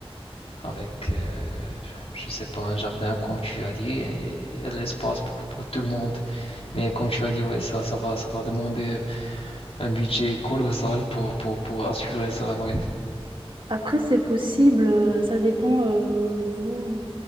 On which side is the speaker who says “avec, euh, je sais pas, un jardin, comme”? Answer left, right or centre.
Left